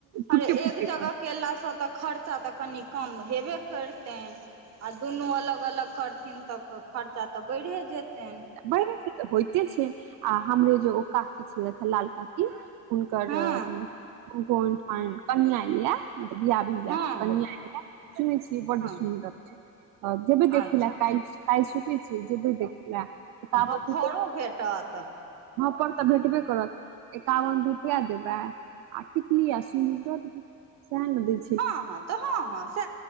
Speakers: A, on the right; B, on the right.
A: अरे
B: पुटे
A: एक
B: पुटे
A: जगह केलासँ तऽ खर्चा तऽ कनि कम हेबे कैरतनि आ दुनू अलग अलग करथिन तऽ खर्चा तऽ बढ़े जेतनि।
B: बढ़े जेतऽ होइते छैय आ हमरे जे ओ काकी छलथिन हे लाल काकी हुनकर
A: हँ
B: कम्पाउणड पानि कनिआँ यऽ। मतलब बियाह भी य
A: हँ
B: कनिया य सुनने छियै बड
A: हँ
B: सुन्दर छैय। ह जेबै देखैला
A: अच्छा
B: कालि कालि सुचै छी जेबै देखैला। एकावन
A: भफोरो भेटत
B: पर तऽ भेटबे करत एकावन रुपआ देबै आ टिकली आ सिन्दुर द देने सएह ने द
A: हँ हँ, तऽ हँ हँ से